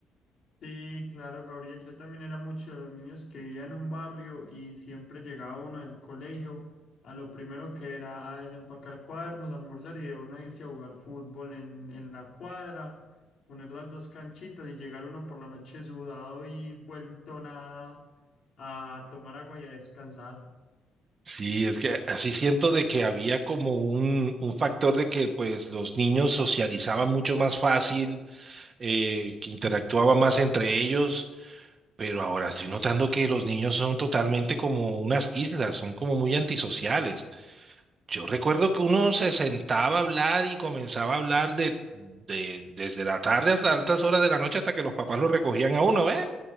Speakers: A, on the left; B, on the right.
A: Sí, claro, Gabriel, yo también era mucho de los niños que vivía en un barrio y siempre llegaba uno del colegio a lo primero que era a desempacar cuadernos, almorzar y de una irse a jugar fútbol en, en la cuadra, poner las dos canchitas y llegar uno por la noche sudado y vuelto nada a tomar agua y a descansar.
B: Sí, es que así siento de que había como un, un factor de que pues los niños socializaban mucho más fácil eh, que interactuaba más entre ellos, pero ahora estoy notando que los niños son totalmente como unas islas, son como muy antisociales. Yo recuerdo que uno se sentaba a hablar y comenzaba a hablar de, de- desde la tarde hasta altas horas de la noche hasta que los papás lo recogían a uno, ¿eh?